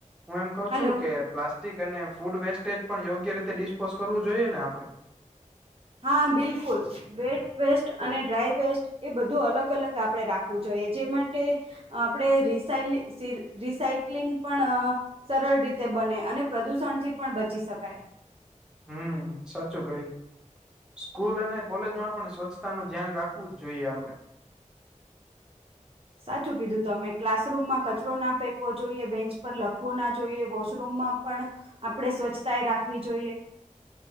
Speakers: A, in the centre; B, on the right.
A: હું એમ કઉ
B: હલો
A: છું કે પ્લા ટીક અને ફૂડ વેસ્ટેજ પણ યોગ્ય રીતે ડિસ્પોઝ કરવું જોઈએ ને આપણે
B: હા બિલકુલ વેટ વેસ્ટ અને ડ્રાય વેસ્ટ એ બધું અલગ અલગ આપડે રાખવું જોઈએ જે માટે આપણે રિસાયલી રિસાયક્લિંગ પણ સરળ રીતે બને અને પ્રદુષણથી પણ બચી શકાય
A: હમ સાચું કહ્યુ સ્કૂલ અને કોલેજમાં પણ સ્વચ્છતાનું ધ્યાન રાખવું જ જોઈએ આપડે
B: સાચું કીધું તમે ક્લાસરૂમમાં કચરો ના ફેંકવો જોઈએ બેન્ચ પર લખવું ના જોઈએ વોશ રૂમમાં પણ આપણે સ્વચ્છતાએ રાખવી જોઈએ